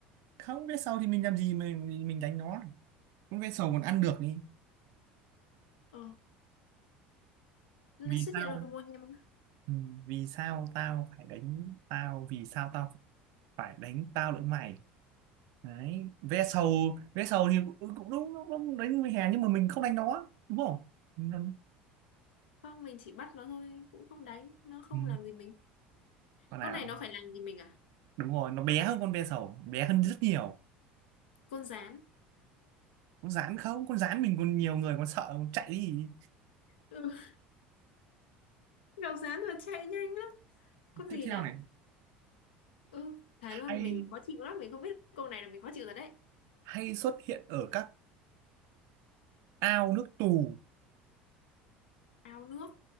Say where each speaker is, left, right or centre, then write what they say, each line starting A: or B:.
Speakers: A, on the right; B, on the left.
A: không biết sau thì mình làm gì mình mình đánh nó con ve sầu còn ăn được đi
B: ờ nó
A: vì
B: lại xuất
A: sao
B: hiện ở
A: ấy?
B: mùa hè mà
A: ừ. vì sao tao phải đánh tao vì sao tao phải đánh tao lẫn mày đấy ve sầu ve sầu thì cũng, ừ, cũng đúng, đúng, đúng đánh mùa hè nhưng mà mình không đánh nó đúng không nó,
B: không mình chỉ bắt nó thôi cũng không đánh nó không
A: ừ.
B: làm gì mình
A: con
B: con
A: nào
B: này nó phải làm gì mình à
A: đúng rồi nó bé hơn con ve sầu bé hơn rất nhiều
B: con gián
A: con gián không con gián mình còn nhiều người còn sợ còn chạy đi
B: ừ. <laughs> gặp gián là chạy nhanh lắm con
A: tiếp
B: gì
A: theo
B: nhỉ
A: này
B: Ừ, thấy luôn
A: hay
B: mình khó chịu lắm, mình không biết câu này là mình khó chịu rồi đấy.
A: hay xuất hiện ở các ao nước tù
B: Ao nước,